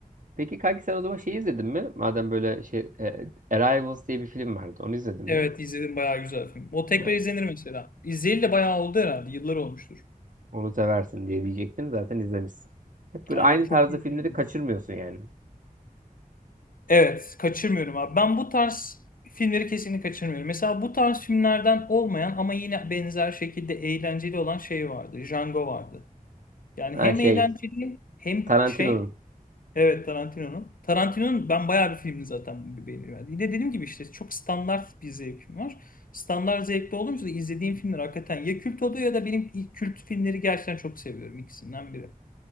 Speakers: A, on the right; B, on the left.
A: Peki kanki sen o zaman şey izledin mi? Madem böyle şey e, Arrivals diye bir film vardı. Onu izledin mi?
B: Evet izledim bayağı güzel film. O tekrar
A: Evet.
B: izlenir mesela. İzleyeli de bayağı oldu herhalde. Yıllar olmuştur.
A: Onu seversin diye diyecektim. Zaten izlemişsin. Hep böyle
B: Aynen
A: aynı
B: çok
A: tarzda
B: iyi
A: filmleri
B: film.
A: kaçırmıyorsun yani.
B: Evet, kaçırmıyorum abi. Ben bu tarz filmleri kesinlikle kaçırmıyorum. Mesela bu tarz filmlerden olmayan ama yine benzer şekilde eğlenceli olan şey vardı. Django vardı. Yani
A: Ha
B: hem
A: şey
B: eğlenceli hem
A: Tarantino'nun.
B: şey. Evet Tarantino'nun. Tarantino'nun ben bayağı bir filmini zaten beğeniyorum. Yine dediğim gibi işte çok standart bir zevkim var. Standart zevkte olunca da izlediğim filmler hakikaten ya kült oluyor ya da benim ilk kült filmleri gerçekten çok seviyorum ikisinden biri.